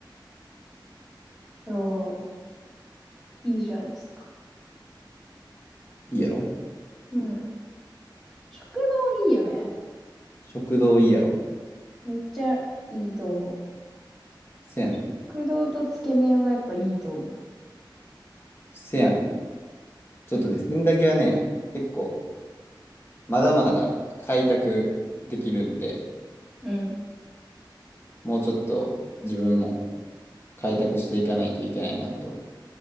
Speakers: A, in the centre; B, on the left.
A: そう、いいじゃないですか。
B: いいやろ
A: うん。食堂いいよね。
B: 食堂いいやろ
A: めっちゃいいと思う。
B: せやねん。
A: 食堂とつけ麺はやっぱいいと思
B: せやねん。ちょっとね、洗濯機はね、結構、まだまだ開拓できるんで、
A: う。うん。
B: もうちょっと自分も開拓していかないといけないなと、